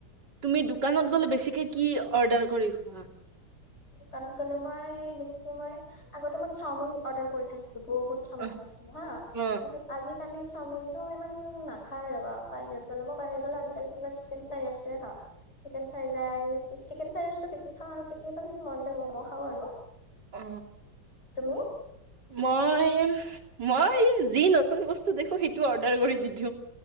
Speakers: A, on the right; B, on the left.
A: তুমি দোকানত গ'লে বেছিকৈ কি অৰ্ডাৰ কৰি অ
B: দোকানত গলে মই বেছিকে মই আগতে মই চাওমিন অৰ্ডাৰ কৰি খাইছিলোঁ। বহুত চামিন
A: অ
B: খাইছিলো হা
A: অ
B: তাৰপিছত আজি কালি চাওমিনতো ইমান নাখাৱওে ৰ বা বাহিৰত গ'লে ম বাহিৰ গ'লে আজিকালি কিবা চিকেন ফ্ৰাইড ৰাইষ্টে খাওঁ। Chicken fried rice chicken fried rice তটো বেছি খাওঁ আৰু কেতিয়াবা যদি মন যায় মম' খাওঁ আৰু
A: অ
B: তুমি?
A: মই। মই যি নতুন বস্তু দেখো সেইটো অৰ্ডাৰ কৰি দি দিওঁ।